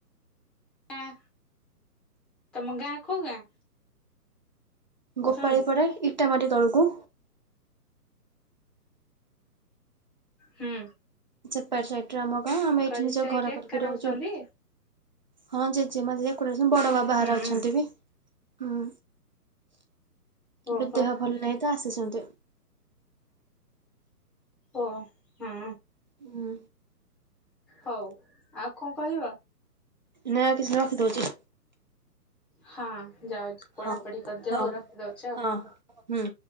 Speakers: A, in the centre; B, on the right (about 30°).
A: ଆଁ ତମ ଗାଁ, କଉ ଗାଁ?
B: ଗୋପଳୀ
A: ଅଛନ୍ତି?
B: ପଡ଼ା ଇଟା ମାଟି ତଳକୁ।
A: ହୁଁ।
B: <unintelligible> ସାଇଟ୍ ରେ ଆମ ଗାଁ ଆମେ
A: କହିଲି
B: ଏଇଠି ନିଜ
A: ସେଇଠି
B: ଘର
A: ଏକା
B: କରିକି
A: ରହୁଛନ୍ତି?
B: ରହୁଛୁ। ହଁ, ଜେଜେମା ଜେଜେ <unintelligible> ବଡ ବାବା
A: ହୁଁ
B: ହର ଅଛନ୍ତି ବି! ହୁଁ।
A: ଓହୋ
B: ଏବେ ଦେହ ଭଲ ନାହିଁ ତ, ଆସିଛନ୍ତି!
A: ଓ ହଁ।
B: ଉଁ।
A: ହଉ, ଆଉ କଣ କହିବ?
B: ନାଁ, ଆଉ କିଛି ରଖିଦୌଚି।
A: ହଁ, ଯାଉଛି ପଢାପଢି
B: ହଉ
A: କରିଦିଅ।
B: ହଉ
A: ଆଉ ରଖିଦଉଛି ଆଉ।
B: ହଁ ହୁଁ।